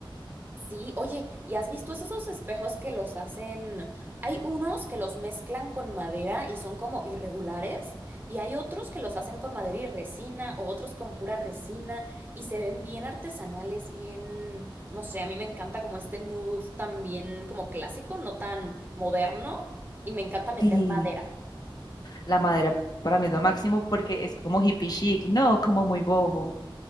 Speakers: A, on the right; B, on the left.
A: Sí, oye, ¿y has visto esos esos espejos que los hacen? Hay unos que los mezclan con madera y son como irregulares, y hay otros que los hacen con madera y resina, o otros con pura resina, y se ven bien artesanales, bien, no sé, a mí me encanta como este mood también como clásico, no tan moderno, y me encanta meter
B: Sí,
A: madera.
B: la madera para mí es lo máximo porque es como hippie chic, no como muy bojo.